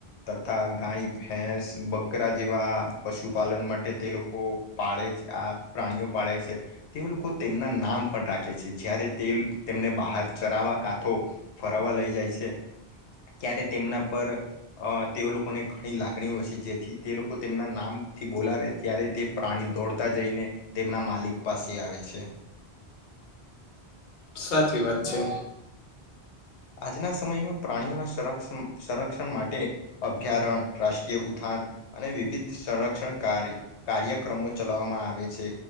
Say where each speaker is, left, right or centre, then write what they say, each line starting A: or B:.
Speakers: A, on the left; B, on the left.
A: તથા ગાય ભેંસ બકરા જેવા પશુપાલન માટે તે લોકો પાળે છે આ પ્રાણીઓ પાળે છે. તે લોકો તેમના નામ પણ રાખે છે. જ્યારે તે તેમને બહાર ચરાવા કાંતો ફરાવવા લઈ જાય છે, ત્યારે તેમના પર અ તેઓ લોકોને ઘણી લાગણીઓ હોય છે, જેથી તે લોકો તેમના નામથી બોલાવે ત્યારે તે પ્રાણી દોડતા જઈને તેમના માલિક પાસે આવે છે.
B: સાચી વાત છે.
A: આજના સમયમાં પ્રાણીઓના સંરક્ષણ સંરક્ષણ માટે, અભ્યારણ રાષ્ટ્રીય ઉધાન, અને વિવિધ સંરક્ષણ કાર્ય કાર્યક્રમો ચલાવવામાં આવે છે.